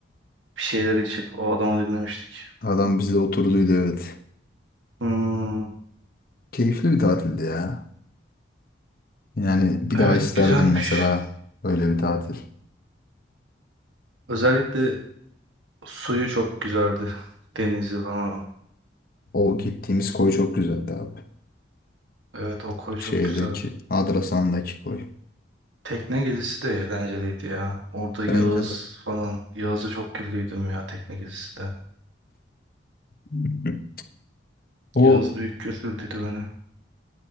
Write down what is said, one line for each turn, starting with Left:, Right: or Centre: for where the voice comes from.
Right: bir şeyler içip o adamı dinlemiştik.
Left: Adam bizle oturduydu evet.
Right: Hmm,
Left: Keyifli bir tatildi ya. Yani bir daha
Right: evet
Left: isterdim
Right: güzelmiş.
Left: mesela öyle bir tatil.
Right: Özellikle suyu çok güzeldi. Denizi falan.
Left: O gittiğimiz koy çok güzeldi abi.
Right: Evet o koy çok
Left: Şeydeki,
Right: güzeldi.
Left: Adrasan'daki koy.
Right: Tekne gezisi de eğlenceliydi ya. Orada
Left: Bence
Right: Yağız
Left: de.
Right: falan. Yağız'a çok güldüydüm ya tekne gezisi de.
Left: <laughs> O
Right: Yağız büyük güldürdüydü beni.